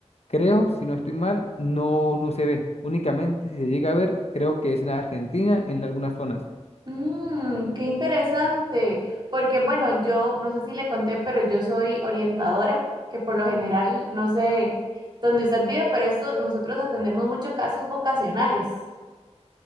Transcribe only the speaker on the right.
Mm, qué interesante, porque bueno, yo no sé si le conté, pero yo soy orientadora, que por lo general, no sé dónde usted vive, pero esto, nosotros atendemos muchos casos vocacionales,